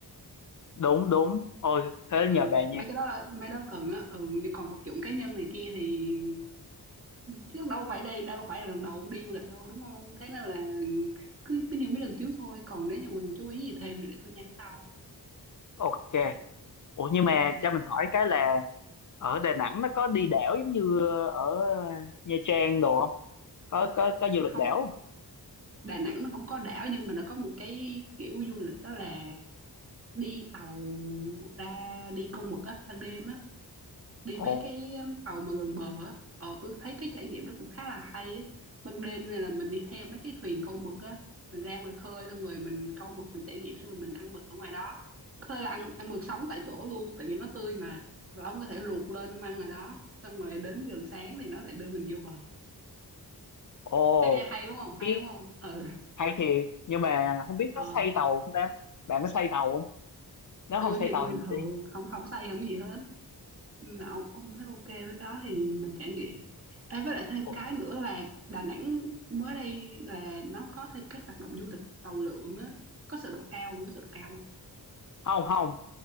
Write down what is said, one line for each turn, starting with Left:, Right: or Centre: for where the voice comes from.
Left: đúng đúng ôi thế
Right: Ừ,
Left: nhờ bạn nha
Right: mấy cái đó là mấy đó cần á. Ừ, nhưng còn vật dụng cá nhân này kia thì chứ đâu phải đây, đâu phải là lần đầu ông đi du lịch đâu đúng không? Thế nên là cứ cứ như mấy lần trước thôi. Còn nếu như mình chú ý gì thêm thì để tôi nhắn sau.
Left: Ok. Ủa nhưng mà
Right: Ok.
Left: cho mình hỏi cái là ở Đà Nẵng nó có đi đảo giống như ờ, ở Nha Trang đồ không? Có có có du lịch
Right: Không,
Left: đảo không?
Right: Đà Nẵng nó không có đảo nhưng mà nó có một cái kiểu du lịch đó là đi tàu ra đi câu mực á ban đêm á đi mấy
Left: Ồ,
Right: cái um, tàu mà gần bờ á ờ tôi thấy cái trải nghiệm đó cũng khá là hay á ban đêm này là mình đi theo mấy cái thuyền câu mực á mình ra ngoài khơi xong rồi mình câu mực mình trải nghiệm xong rồi mình ăn mực ở ngoài đó có thể là ăn ăn mực sống tại chỗ luôn tại vì nó tươi mà hoặc là ông có thể luộc lên ông ăn rồi đó xong rồi đến gần sáng thì nó lại đưa mình vô bờ
Left: ồ,
Right: hay, hay đúng không hay
Left: ý
Right: đúng không ừ
Left: hay thiệt nhưng mà không biết
Right: ờ
Left: có xây tàu không ta? Bạn có xây tàu không? Nếu
Right: tôi
Left: không xây
Right: thì
Left: tàu
Right: tôi bình
Left: thì mình
Right: thường
Left: đi.
Right: không không say không gì hết Ừ, ông ông thấy ok với cái đó thì mình trải nghiệm Ê, với lại thêm
Left: Ok.
Right: cái nữa là Đà Nẵng mới đây là nó có thêm các hoạt động du lịch tàu lượn á có sợ độ cao không có sợ độ cao không
Left: Không không,